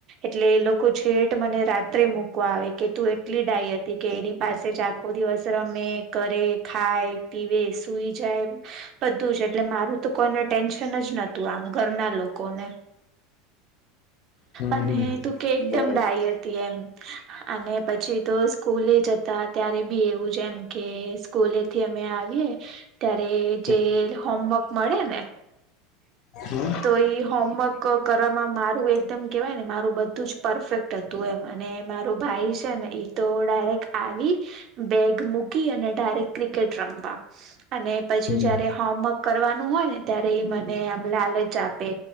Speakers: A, on the right; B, on the left.
A: એટલે એ લોકો છેટ મને રાત્રે મૂકવા આવે કે તું એટલી ડાઈ હતી કે એની પાસે જ આખો દિવસ મે કરે ખાય પીવે સુઈ જાય બધું જ એટલે મારું તો કોઈને ટેન્શન જ નતું આમ ઘરના લોકોને
B: હમ
A: અને
B: હમ હમ હમ
A: તું કે એકદમ
B: બરાબર
A: ડાય
B: હમ
A: હતી એમ અને પછી તો સ્કૂલે જ હતા ત્યારે બી એવું. જેમ કે સ્કૂલેથી અમે આવીએ ત્યારે
B: હમ
A: જે હોમવર્ક મળે ને
B: હમ્મ.
A: તો ઈ હોમવર્ક કરવામાં મારું એકદમ કેહેવાય ને મારું બધું જ પરફેક્ટ હતું એમ અને મારો ભાઈ છે ને એ તો ડાયરેક્ટ આવી બેગ મૂકી અને ડાયરેક્ટ ક્રિકેટ રમવા અને પછી
B: હમ
A: જયારે હોમવર્ક કરવાનું હોય ને ત્યારે ઈ મને આમ લાલ જ આપે